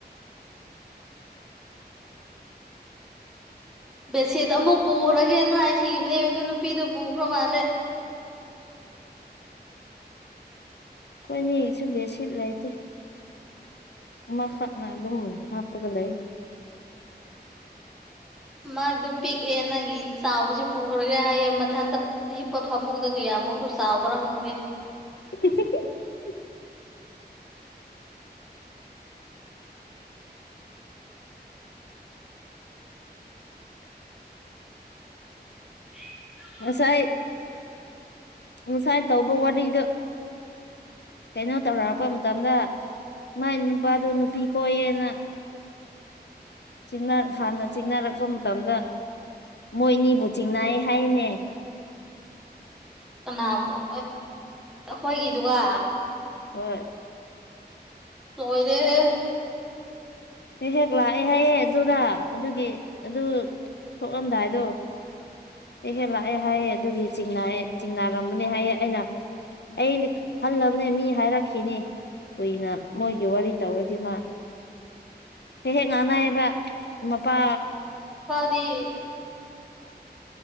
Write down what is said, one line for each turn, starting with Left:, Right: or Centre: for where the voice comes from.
Centre: ꯕꯦꯁꯤꯗ ꯑꯃꯨꯛ ꯄꯨꯈ꯭ꯔꯒꯦꯅ ꯍꯥꯏꯈꯤꯕꯅꯦ ꯑꯗꯨ ꯅꯨꯄꯤꯗꯨ ꯄꯨꯈ꯭ꯔ ꯃꯥꯜꯂꯦ
Left: ꯑꯩꯈꯣꯏꯅꯤ ꯁꯨꯝꯁꯤ ꯂꯩꯇꯦ ꯑꯃꯈꯛꯅ ꯑꯗꯨꯝ ꯍꯥꯞꯄꯒ ꯂꯩ
Centre: ꯃꯥꯗꯣ ꯄꯤꯛꯑꯦ ꯅꯪꯒꯤ ꯆꯥꯎꯕꯁꯦ ꯄꯨꯈ꯭ꯔꯒꯦ ꯍꯥꯏꯌꯦ ꯃꯊꯟꯇ ꯍꯤꯞꯄ ꯐꯃꯨꯡꯗ ꯀꯌꯥꯃꯨꯛꯁꯨ ꯆꯥꯎꯕ꯭ꯔꯥ ꯈꯪꯗꯦ
Left: <unintelligible>
Centre: <inaudible>
Left: ꯉꯁꯥꯏ ꯉꯁꯥꯏ ꯇꯧꯕ ꯋꯥꯔꯤꯗꯨ ꯀꯩꯅꯣ ꯇꯧꯔꯛꯔꯛꯄ ꯃꯇꯝꯗ ꯃꯥꯏ ꯅꯨꯄꯥꯗꯣ ꯅꯨꯄꯤ ꯀꯣꯏꯌꯦꯅ ꯆꯤꯡꯅꯔ ꯍꯥꯟꯅ ꯆꯤꯡꯅꯔꯛꯄ ꯃꯇꯝꯗ ꯃꯣꯏ ꯑꯅꯤꯕꯨ ꯆꯤꯡꯅꯩ ꯍꯥꯏꯌꯦꯅꯦ
Centre: ꯀꯅꯥ <unintelligible> ꯑꯩꯈꯣꯏꯒꯤꯗꯨꯒ
Left: ꯍꯣꯏ
Centre: <unintelligible>
Left: ꯍꯦꯛ ꯍꯦꯛ ꯂꯥꯛꯑꯦ ꯍꯥꯏꯌꯦ ꯑꯗꯨꯗ ꯑꯗꯨꯒꯤ ꯑꯗꯨ ꯊꯣꯛꯂꯝꯗꯥꯏꯗꯣ ꯑꯩ ꯍꯦ ꯂꯥꯛꯑꯦ ꯍꯥꯏꯌꯦ ꯑꯗꯨꯒꯤ ꯆꯤꯡꯑ ꯆꯤꯡꯅꯥꯔꯝꯕꯅꯦ ꯍꯥꯏꯌꯦ ꯑꯩꯅ <unintelligible> ꯈꯜꯂꯕꯅꯦ ꯃꯤ ꯍꯥꯏꯔꯛꯈꯤꯅꯤ ꯀꯨꯏꯅ ꯃꯣꯏꯒꯤ ꯋꯥꯔꯤ ꯇꯧꯔꯗꯤ ꯃꯥ ꯍꯦꯛ ꯍꯦꯛ ꯉꯥꯡꯅꯏꯌꯦꯕ ꯃꯄꯥ
Centre: ꯗꯤ